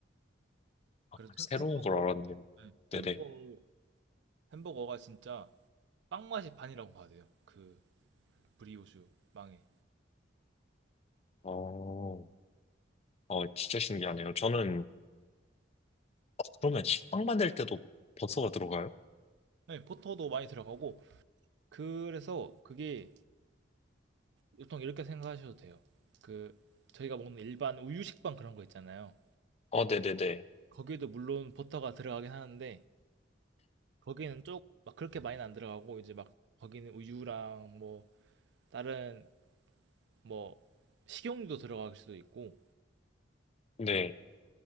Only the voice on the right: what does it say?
그래서
햄- 햄버거,
네,
햄버거, 햄버거가 진짜 빵 맛이 반이라고 봐야 돼요. 그 브리오슈 빵에.
네, 버터도 많이 들어가고 그래서 그게 보통 이렇게 생각하셔도 돼요. 그 저희가 먹는 일반 우유 식빵 그런 거 있잖아요.
거기에도 물론 버터가 들어가긴 하는데 거기는 쪽 막 그렇게 많이는 안 들어가고 이제 막 거기는 우유랑 뭐 다른 뭐 식용유도 들어갈 수도 있고